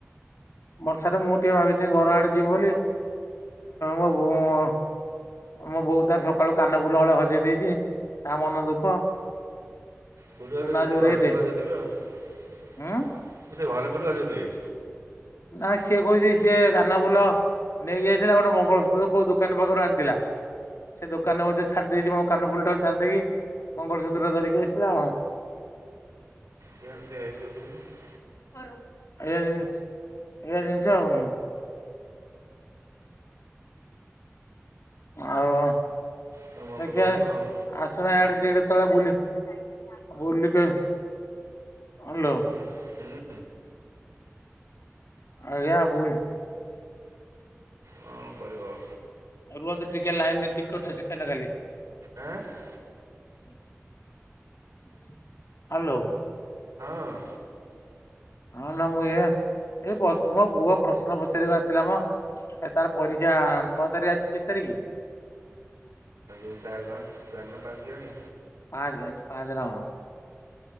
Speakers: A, on the left (about 65°); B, on the right (about 85°).
A: ବର୍ଷାରେ ମୁଁ ଟିକେ ଭାବିଥିଲି ଘର ଆଡେ ଯିବି ବୋଲି। ମୋ ବୋଉ ମୁଁ ମୋ ବୋଉ ତାର ସକାଳୁ କାନ ଫୁଲ ହଳେ ହଜେଇ ଦେଇଛି ତା ମନ ଦୁଃଖ।
B: କୋଉଠି
A: ସୁନା
B: ହଜେଇଲେ
A: ଯୋଉ
B: ସେ ଘରେ
A: ରେଟ୍
B: କୋଉଠି ହଜେଇଥିବେ ଆଉ।
A: ଉଁ
B: ସେ ଘରେ କଉଁଠି ହଜେଇଥିବେ।
A: ନାଁ ସିଏ କହୁଛି ସିଏ କାନ ଫୁଲ ନେଇକି ଯାଇଥିଲା ଗୋଟେ ମଙ୍ଗଳସୂତ୍ର କୋଉ ଦୋକାନୀ ପାଖୁରୁ ଆଣିଥିଲା। ସେ ଦୋକାନରେ ବୋଧେ ଛାଡିଦେଇଚି ମୋ କାନ ଫୁଲଟାକୁ ଛାଡିଦେଇକି ମଙ୍ଗଳସୂତ୍ର ଧରିକି ଆସିଲା ଆଉ।
B: <unintelligible>
A: <unintelligible> ଏଇଆ ଜିନିଷ ଆଉ। ଆଉ
B: ତା ମନକୁ
A: ଦେଖିବା।
B: କହିଥିବ ଆଉ
A: ଆସୁନା ଆଡେ ଟିକେ କେତେବେଳେ ବୁଲି ବୁଲିକି। ହ୍ୟାଲୋ
B: ହୁଁ ହୁଁ
A: ଆଜ୍ଞା ବୁଲ।
B: କଣ କରିବ ଆଉ।
A: ରୁହନ୍ତୁ ଟିକେ ଲାଇନରେ ଟିକଟ ସେକେଣ୍ଡ ଖାଲି।
B: ଆଁ
A: ହ୍ୟାଲୋ।
B: ହଁ
A: ହଁ ନା ମୁଁ ଏଇଆ ଏ ମୋ ପୁଅ ପ୍ରଶ୍ନ ପଚାରିବାକୁ ଆସିଥିଲା ମ। ଏ ତାର ପରୀକ୍ଷା ଛଅ ତାରି ଆଜି କେତ୍ ତାରିକି?
B: ଏ ଚାରି ନା ଚାରି ନା ପାଞ୍ଚ୍ କେଜାଣି
A: ପାଞ୍ଚ୍ ଆଜି ପାଞ୍ଚ୍ ନା କଣ?